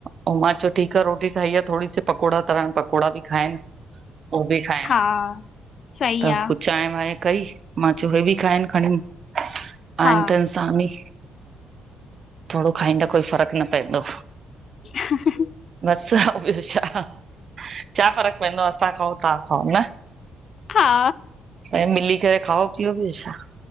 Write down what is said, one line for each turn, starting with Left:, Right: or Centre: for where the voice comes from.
Right: उ मां चयो ठीकु आहे रोटी ठाही आहे थोरी सी पकोड़ा तरण पकोड़ा बि खाइनि उ बि ठाहिण
Left: हा सही
Right: त
Left: आ
Right: पोइ चांहि वांहि कई। मां चयो हे बि खाइन खणी,
Left: हा
Right: आहिनि त इंसान ही। थोडो खाईंदा कोई फ़र्क़ु न पवंदो।
Left: ह ह ह
Right: छा ॿियो छा, छा फ़र्क़ु पएंदो आ असां खओं तां खाओ न।
Left: हा
Right: ऐं मिली करे खाओ पीओ ॿियो छा,